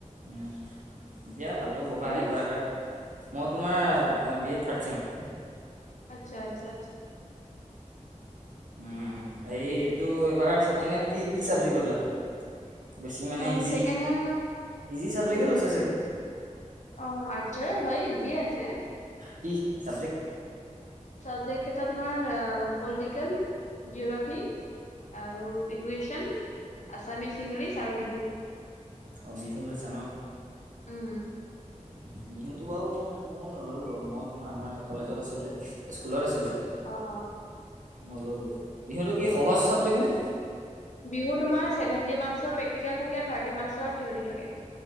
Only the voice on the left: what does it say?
তুমি
আচ্ছা আচ্ছা আচ্চা।
অ
ছেকেণ্ড ইয়াৰ
অ' আৰ্চৰে হয় ইজিয়ে আছে।
চাবজেক্ট কেইটা তোমাৰ অ পলিটিকেল, জিওগ্ৰাফী আৰু ইডুকেশ্যন আছামিছ, ইংলিছ আৰু বিহু।
উম।
অ' অ'।
বিহু তোমাৰ চেভেন্টি মাৰ্ক্চৰ প্ৰেকটিকেল থাকে থাৰ্টি মাৰ্ক্চৰ থিয়ৰী থাকে।